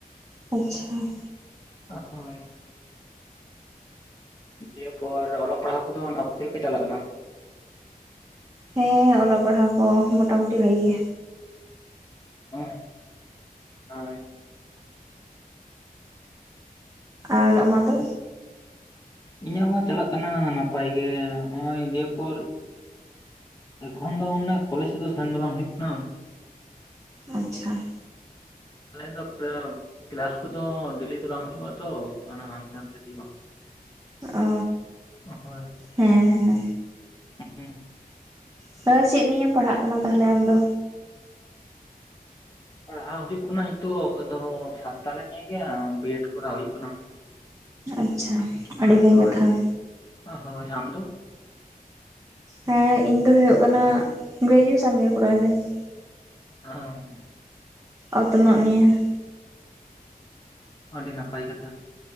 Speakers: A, on the right (about 20°); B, on the left (about 25°).
A: ᱟᱪᱪᱷᱟ ᱾
B: ᱦᱚᱭ ᱾ ᱫᱤᱭᱮ ᱯᱚᱨ ᱚᱞᱚᱜ ᱯᱟᱲᱦᱟᱣ ᱠᱚᱫᱚ ᱚᱱᱟ ᱪᱮᱫᱮ ᱞᱮᱠᱟ ᱪᱟᱞᱟᱜ ᱠᱟᱱᱟ ᱾
A: ᱦᱮᱸ ᱚᱞᱚᱜ ᱯᱟᱲᱦᱟᱣ ᱠᱚ ᱢᱚᱴᱟ-ᱢᱩᱩᱴᱤ ᱵᱷᱟᱜᱤ ᱜᱮ᱾
B: <unintelligible> ᱦᱚᱭ
A: ᱟᱨ ᱟᱢᱟᱜ ᱫᱚ?
B: ᱤᱧᱟᱹᱜ ᱦᱚᱸ ᱪᱟᱞᱟᱜ ᱠᱟᱱᱟ ᱱᱟᱯᱟᱭ ᱜᱮ ᱱᱚᱜ ᱚᱚᱭ ᱫᱤᱭᱮᱯᱚᱨ ᱮᱠᱷᱚᱱ ᱫᱚ ᱢᱟᱱ ᱠᱚᱞᱡᱽ ᱛᱮᱫᱚ ᱥᱮᱱ ᱫᱚ ᱵᱟᱝ ᱦᱚᱭᱚᱜ ᱠᱟᱱᱟ ᱾
A: ᱟᱪᱪᱷᱟ ᱾
B: <inaudible> ᱟᱞᱮ ᱫᱚ ᱠᱮᱞᱟᱥ ᱠᱚᱫᱚ ᱰᱮᱞᱤ ᱫᱚ ᱵᱟᱝ ᱦᱩᱭᱩᱜᱼᱟ ᱛᱚ ᱦᱟᱱᱛᱮ ᱱᱟᱱᱛᱮ ᱦᱩᱭᱩᱜᱼᱟ ᱾
A: ᱚ
B: <unintelligible> ᱦᱚᱭ
A: ᱦᱮᱸ ᱦᱮᱸ
B: <unintelligible>
A: <unintelligible> ᱪᱮᱫ ᱱᱤᱭᱮᱢ ᱯᱟᱲᱦᱟᱜ ᱠᱟᱱᱟ ᱛᱟᱦᱚᱞᱮ ᱟᱢᱫᱚ?
B: ᱯᱟᱲᱦᱟᱣ ᱦᱩᱭᱩᱜ ᱠᱟᱱᱟ ᱱᱤᱛᱚᱜ ᱫᱚ ᱥᱟᱱᱛᱟᱞᱤ ᱱᱤᱭ ᱜᱮ ᱵᱤ ᱮᱰ ᱠᱚᱨᱟᱣ ᱦᱩᱭᱩᱜ ᱠᱟᱱᱟ ᱾ <inaudible>
A: ᱟᱪᱪᱷᱟ ᱟᱹᱰᱤ ᱵᱷᱟᱹᱜᱤ
B: ᱦᱚᱭ
A: ᱠᱟᱛᱷᱟ
B: <inaudible> ᱦᱚᱭ ᱟᱢ ᱫᱚ? <inaudible>
A: ᱦᱮᱸ ᱤᱧ ᱫᱚ ᱦᱩᱭᱩᱜ ᱠᱟᱱᱟ ᱜᱨᱮᱡᱩᱭᱮᱥᱚᱱ ᱜᱮ ᱠᱚᱨᱟᱣ ᱫᱟᱹᱧ ᱾
B: <unintelligible>
A: ᱚᱛᱱᱚᱜ ᱱᱤᱭᱟᱹ ᱾
B: ᱚ <inaudible> ᱟᱹᱰᱤ ᱱᱟᱯᱟᱭ ᱠᱟᱛᱷᱟ ᱾